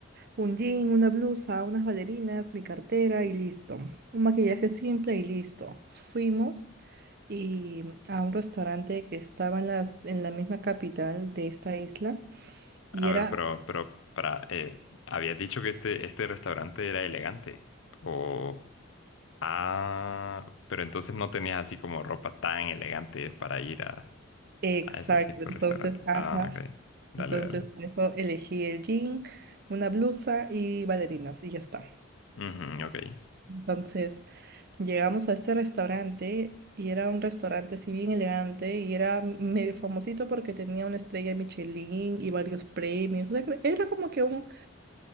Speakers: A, on the right; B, on the left.
A: un jean, una blusa, unas bailarinas, mi cartera y listo. Un maquillaje simple y listo. Fuimos y a un restaurante que estaba en las, en la misma capital de esta isla y
B: A
A: era...
B: ver, pero, pero, para, eh, habías dicho que este, este restaurante era elegante. O, ah, pero entonces no tenías así como ropa tan elegante para ir a,
A: Exacto,
B: a ese tipo
A: entonces,
B: de restaurante.
A: ajá.
B: Ah, ok. Dale,
A: Entonces,
B: dale.
A: por eso elegí el jean, una blusa y bailarinas, y ya está.
B: Ujú, ok,
A: Entonces, llegamos a este restaurante y era un restaurante así bien elegante y era medio famosito porque tenía una estrella Michelin y varios premios. O sea, cre- era como que un,